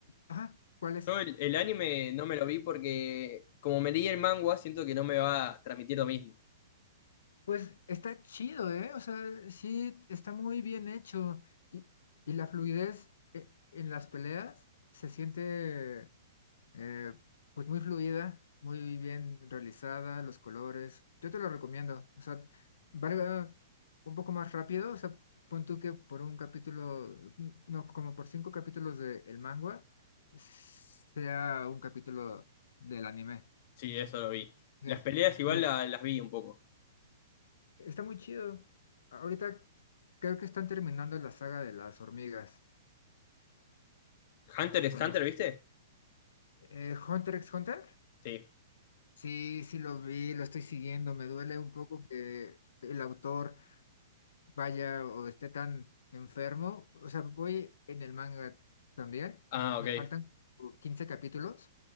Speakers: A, on the left; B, on the left.
A: Ajá, ¿cuál es?
B: yo el, el anime no me lo vi porque como me leí el manga, siento que no me va a transmitir lo mismo.
A: Pues está chido, ¿eh? O sea, sí, está muy bien hecho. Y, y la fluidez eh, en las peleas se siente eh, pues muy fluida, muy bien realizada, los colores. Yo te lo recomiendo. O sea, valga un poco más rápido. O sea, pon tú que por un capítulo, mm, no, como por cinco capítulos de el manga, sea un capítulo del anime.
B: Sí, eso lo vi.
A: Entonces,
B: Las peleas igual
A: sí,
B: la- las vi un poco.
A: Está muy chido. Ahorita creo que están terminando la saga de las hormigas
B: Hunter es
A: con
B: Hunter,
A: este
B: ¿viste?
A: eh, Hunter x Hunter.
B: Sí.
A: Sí, sí lo vi, lo estoy siguiendo. Me duele un poco que el autor vaya o esté tan enfermo. O sea, voy en el manga también.
B: Ah,
A: M- Me
B: ok. Es
A: faltan como 15 capítulos